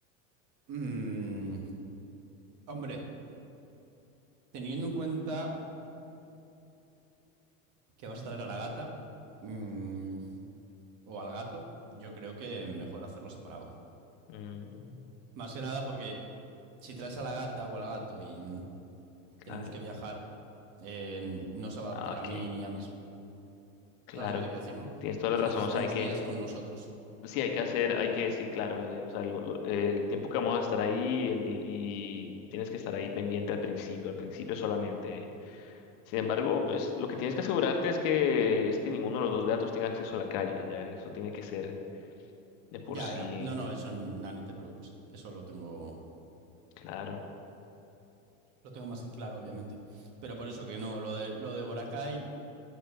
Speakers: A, on the right; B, on the left.
A: mm, hombre, teniendo en cuenta que vas a traer a la gata mm, o al gato, yo creo que mejor hacerlo separado.
B: Mm,
A: Más que nada porque si traes a la gata o al gato y mm,
B: claro.
A: tenemos que viajar, eh, no se va a
B: Ah,
A: adaptar
B: Ok,
A: a mí ni a mis...
B: claro,
A: ¿Sabes lo que te quiero decir, no?
B: tienes toda la
A: Se
B: razón.
A: necesitan
B: O sea,
A: unos
B: hay que,
A: días con nosotros.
B: sí, hay que hacer, hay que, sí, claro, eh, o sea, lo- lo- el tiempo que vamos a estar ahí el, di- y tienes que estar ahí pendiente al principio, al principio solamente. eh. Sin embargo, pues lo que tienes que asegurarte es que es que ninguno de los dos gatos tenga acceso a la calle, ya eso tiene que ser de por
A: Ya,
B: sí,
A: ya. No, no, eso nada, ni te preocupes. Eso lo tengo,
B: claro.
A: lo tengo más que claro, obviamente. Pero por eso que no, lo de, lo de Boracay